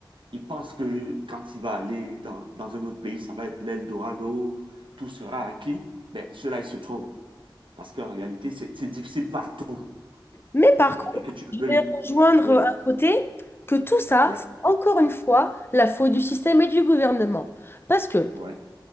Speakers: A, on the right; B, on the left.
A: Ils pensent que quand il va aller dans, dans un autre pays, ça va être l'Eldorado, tout sera acquis. Mais ceux-là, ils se trompent. Parce qu'en réalité, c'est c'est difficile partout.
B: mais par
A: Ok,
B: contre,
A: que tu
B: je
A: le veuilles.
B: vais
A: ou- pas.
B: rejoindre
A: Oui,
B: euh, un côté que tout ça,
A: ouais,
B: c'est encore une fois la faute du système et du gouvernement. Parce que
A: ouais.